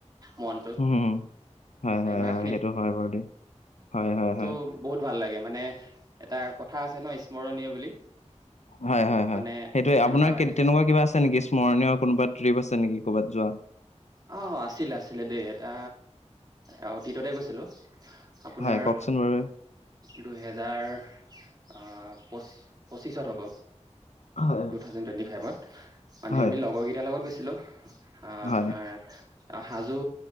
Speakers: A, on the right; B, on the left.
A: মনটো
B: উম হয় হয়
A: এনেকুৱা
B: হয় সেইটো হয় বাৰু দেই হয় হয়।
A: তো
B: হয়।
A: বহুত ভাল লাগে মানে। এটা কথা আছে ন স্মৰণীয় বুলি।
B: হয় হয় হয়
A: মানে
B: সেইটোয়ে
A: সেনেকুৱা
B: আপোনাৰ
A: হৈ থাকে
B: তেনেকুৱা কিবা আছে নেকি স্মৰণীয় কোনোবা ত্ৰিপ আছে। নেকি ক'ৰবাত যোৱা?
A: অ আছিলে আছিলে দেই এটা। অ অতীততে গৈছিলো আপোনাৰ
B: হয়, কওকচোন বাৰু?
A: দুহেজাৰ অহ পঁচিছ অত হব।
B: হয়,
A: টু থাউজেণ্ড টুৱেণ্টি ফাইভত। মানে
B: হয়,
A: আমি লগৰেইটাৰ লগত বেছি হেল্'। <unintelligible> অ
B: হয়।
A: আপোনাৰ অ হাজো